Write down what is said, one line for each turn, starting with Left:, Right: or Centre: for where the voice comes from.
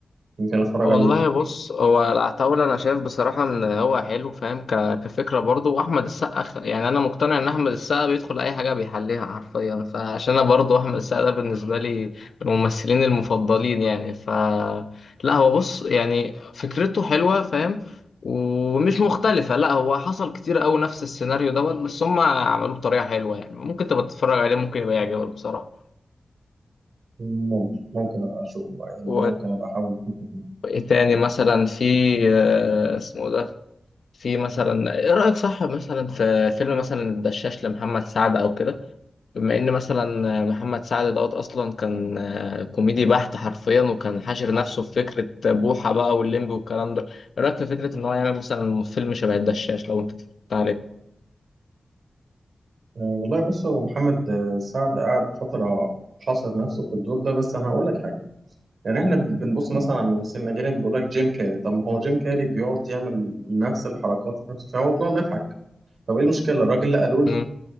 Right: يمكن اتفرج
Left: والله
Right: عليه
Left: بص هو العتاولة أنا شايف بصراحة إن هو حلو فاهم ك... كفكرة برضه وأحمد السقا خ- يعني أنا مقتنع إن أحمد السقا بيدخل أي حاجة بيحليها حرفيا فعشان أنا برضه أحمد السقا ده بالنسبة لي من الممثلين المفضلين يعني ف لا هو بص يعني فكرته حلوة فاهم ومش مختلفة لا هو حصل كتير أوي نفس السيناريو دوت بس هم عملوه بطريقة حلوة يعني ممكن تبقى تتفرج عليه ممكن يبقى يعجبك بصراحة
Right: ممكن ممكن ابقى اشوف بقى، يعني
Left: و...
Right: ممكن ابقى احاول اشوفه تاني
Left: وإيه تاني مثلا في آه، اسمه ده في مثلا ايه رأيك صح مثلا في فيلم مثلا الدشاش لمحمد سعد او كده بما ان مثلا محمد سعد دوت اصلا كان آه، كوميدي بحت حرفيا وكان حاشر نفسه في فكرة بوحة بقى واللمبي والكلام ده ايه رأيك في فكرة ان هو يعمل مثلا فيلم شبه الدشاش لو انت اتفرجت عليه
Right: أه والله بص هو محمد آه، سعد قعد فترة حاصر نفسه في الدور ده بس انا هقول لك حاجة يعني احنا بنبص مثلا على الممثلين الاجانب بيقول لك جيم كاري طب ما هو جيم كاري بيقعد يعمل نفس الحركات في نفس الفيلم وبنقعد نضحك طب ايه المشكلة الراجل لقى لون
Left: امم